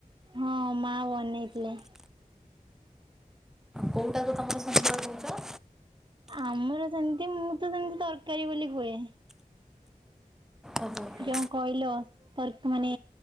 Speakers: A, on the right (about 35°); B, in the centre.
A: ହଁ ମାଆ ବନେଇଥିଲେ।
B: କେଉଟା କୁ ତୁମର ସନ୍ତୁଳା କହୁଛ।
A: ଆମର ସେମତି ମୁଁ ତ ସେମିତି ତରକାରୀ ବୋଲି କୁହେ।
B: ଓହୋ
A: ଯୋଉ କହିଲ ତର ମାନେ